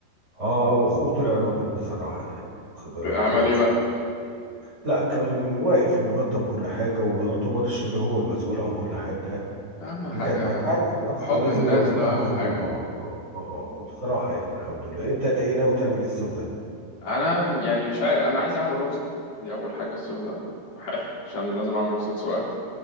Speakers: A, on the right; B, on the left.
A: اه اه واخوه طلع راجل بصراحة يعني واخد بالك
B: عمل
A: وقف
B: ايه بقى
A: لا كان واقف وبيوضب كل حاجة ويعتبر شبه هو المسؤول عن كل حاجة
B: اهم
A: بجد
B: حاجة
A: ما تعرف الأخ
B: حب
A: لازم
B: الناس
A: يبقى في
B: ده
A: ظهر
B: اهم
A: أخوه
B: حاجة اه
A: يعني اه اه اه آه، بصراحة يعني الحمد لله أنت إيه ناوي تعمل إيه الصيف ده؟
B: انا يعني مش عارف انا عايز اعمل رخصة دي اول حاجة الصيف ده حلو عشان لازم اعمل رخصة سواقة